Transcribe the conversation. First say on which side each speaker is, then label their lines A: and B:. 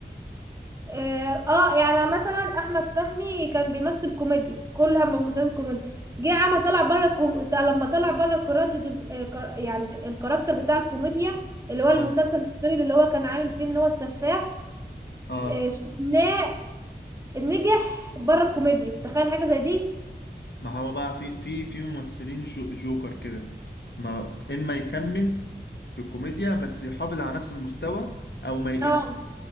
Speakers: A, on the right; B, on the left.
A: اه آه، يعني مثلا احمد فهمي كان بيمثل كوميدي كل هم مسلسل كوميدي جه عمل طلع بره كوم... لما طلع بره كرادة ال... آه، كر... يعني الكاركتر بتاع الكوميديا اللي هو
B: اه
A: المسلسل الاخير اللي هو كان عامل فيه ان هو السفاح
B: اه
A: آه، شفناه نجح بره الكوميديا تخيل حاجة زي دي
B: ما هو بقى في في في ممثلين جو جوكر كده ما اما يكمل في الكوميديا بس يحافظ على نفس المستوى او ما يقل
A: اه